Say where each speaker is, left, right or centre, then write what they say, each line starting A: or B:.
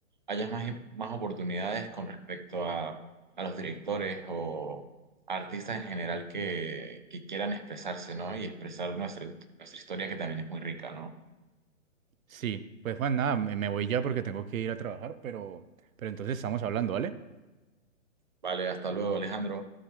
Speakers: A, on the right; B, on the right.
A: haya más, más oportunidades con respecto a, a los directores o a artistas en general que, que quieran expresarse, ¿no? Y expresar nuestra, nuestra historia que también es muy rica, ¿no?
B: Sí, pues Juan, nada, me me voy ya porque tengo que ir a trabajar, pero, pero entonces estamos hablando, ¿vale?
A: Vale, hasta luego, Alejandro.